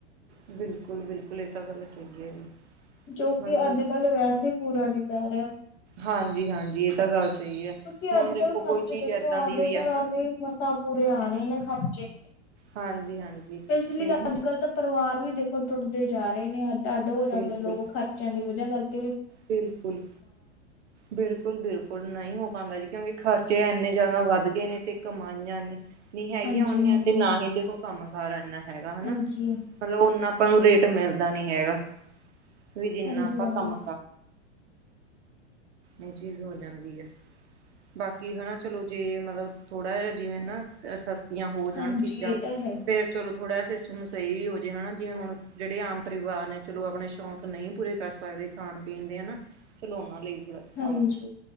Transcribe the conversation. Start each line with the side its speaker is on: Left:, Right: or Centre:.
Right: ਬਿਲਕੁਲ-ਬਿਲਕੁਲ! ਇਹ ਤਾਂ, ਗੱਲ ਸਹੀ ਹੈ ਜੀ।
Left: ਜੋ, ਕਿ,
Right: ਮਤਲਬ
Left: ਅੱਜ-ਕੱਲ ਵੈਸੇ ਪੂਰਾ ਨਹੀਂ ਪੈ ਰਿਹਾ।
Right: ਹਾਂਜੀ-ਹਾਂਜੀ ਇਹ ਤਾਂ ਗੱਲ ਸਹੀ ਹੈ
Left: ਕਿਉਂਕਿ
Right: ਹੁਣ
Left: ਅੱਜ-
Right: ਦੇਖੋ
Left: ਕੱਲ੍ਹ
Right: ਕੋਈ
Left: ਖਰਚੇ
Right: ਚੀਜ਼
Left: ਦੇਖੋ,
Right: ਏਦਾਂ
Left: ਆਪਦੇ
Right: ਦੀ ਵੀ ਆ
Left: ਘਰਾਂ ਦੇ, ਮਸਾਂ ਪੂਰੇ ਆ ਰਹੇ ਨੇ ਖਰਚੇ।
Right: ਹਾਂਜੀ ਹਾਂਜੀ
Left: ਇਸ ਲਈ,
Right: ਇਹ
Left: ਅੱਜ-ਕੱਲ੍ਹ ਤਾਂ ਪਰਿਵਾਰ ਵੀ ਦੇਖੋ, ਟੁੱਟਦੇ ਜਾ ਰਹੇ ਨੇ ਅੱ ਆਡ ਹੋ ਜਾਂਦੇ
Right: ਬਿਲਕੁਲ
Left: ਲੋਕ, ਖਰਚਿਆਂ ਦੀ ਵਜ੍ਹਾ ਕਰ
Right: ਬਿਲਕੁਲ- ਬਿਲਕੁਲ -ਬਿਲਕੁਲ ਨਹੀਂ ਹੋ ਬਣਦਾ ਜੀ ਕਿਉਂਕਿ ਖਰਚੇ ਇੰਨੇ ਜ਼ਿਆਦਾ ਵਧ ਗਏ ਨੇ, ਤੇ ਕਮਾਈਆਂ ਨੇ ਨਹੀਂ ਹੈਗੀਆਂ
Left: ਹਾਂਜੀ
Right: ਉਨੀਆਂ,
Left: ਹਾਂਜੀ
Right: ਤੇ ਨਾ ਹੀ ਦੇਖੋ ਕੋਈ ਕੰਮ ਕਾਰ ਇੰਨਾ ਹੈਗਾ ਹਨਾ,
Left: ਹਾਂਜੀ
Right: ਮਤਲਬ ਓਨਾ ਆਪਾਂ ਨੂੰ ਰੇਟ ਮਿਲਦਾ ਨੀ ਹੈਗਾ, ਵੀ ਜਿੰਨਾ
Left: ਹਾਂਜੀ
Right: ਆਪਾਂ
Left: ਹਾਂਜੀ
Right: ਕੰਮ ਇਹ ਚੀਜ਼ ਹੋ ਜਾਂਦੀ ਐ। ਬਾਕੀ ਹਨਾ ਚਲੋ ਜੇ ਮਤਲਬ ਥੋੜਾ ਜਿਹਾ ਜਿਵੇਂ ਨਾ ਸਸਤੀਆਂ ਹੋ
Left: ਹਾਂਜੀ
Right: ਜਾਣ ਚੀਜ਼ਾਂ,
Left: ਇਹ ਤਾਂ ਹੈ
Right: ਫੇਰ ਚਲੋ ਥੋੜ੍ਹਾ ਜਾ ਸਿਸਟਮ ਸਹੀ ਵੀ ਹੋ ਜੇ ਹਨਾ, ਜਿਵੇਂ ਹੁਣ ਜਿਹੜੇ ਆਮ ਪਰਿਵਾਰ ਨੇ ਚਲੋ ਆਪਣੇ ਸ਼ੌਂਕ ਨਹੀਂ ਪੂਰੇ ਕਰ ਸਕਦੇ, ਖਾਣ ਖਾਣ-ਪੀਣ ਦੇ ਹਨਾ, ਚਲੋ ਉਹਨਾ ਲਈ ਥੋੜਾ ਸਹਾਰਾ,
Left: ਹਾਂਜੀ